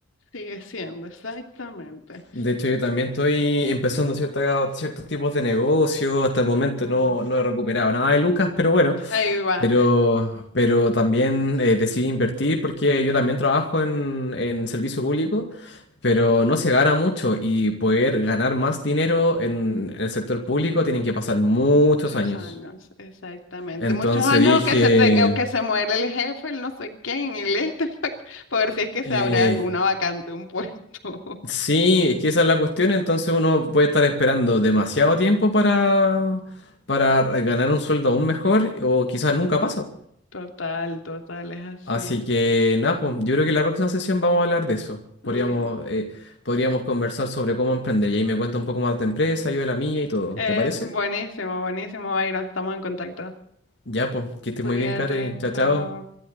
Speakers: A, on the left; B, on the left.
A: sigue siendo exactamente.
B: De hecho, yo también estoy empezando cierta- ciertos tipos de negocios, hasta
A: Bueno,
B: el momento no,
A: bueno,
B: no he recuperado nada de lucas, pero bueno.
A: ahí va.
B: Pero, pero también eh, decidí invertir porque yo también
A: Bueno,
B: trabajo en, en servicio público, pero no se gana mucho y poder ganar más dinero en, en el sector público tienen que pasar muchos
A: muchos
B: años.
A: años, exactamente.
B: Entonces
A: Muchos años
B: dije,
A: o que se te, o que se muere el jefe, el no sé quién, el este, <laughs> para ver si es que
B: eh,
A: se abre alguna vacante, un puesto.
B: sí, es que esa es la cuestión, entonces uno puede estar esperando demasiado tiempo para, para ganar un sueldo aún mejor o quizás nunca pasa.
A: Total, total, es así.
B: Así que nada, pues, yo creo que la próxima sesión vamos a hablar de eso. Podríamos,
A: Le-
B: eh, podríamos conversar sobre cómo emprender y ahí me cuenta un poco más de empresa, yo de la mía y todo.
A: Es
B: ¿Te parece?
A: buenísimo, buenísimo, Byron. Estamos en contacto.
B: Ya, pues, que estés
A: Cuídate,
B: muy bien, Catherine. Chao,
A: chao.
B: chao.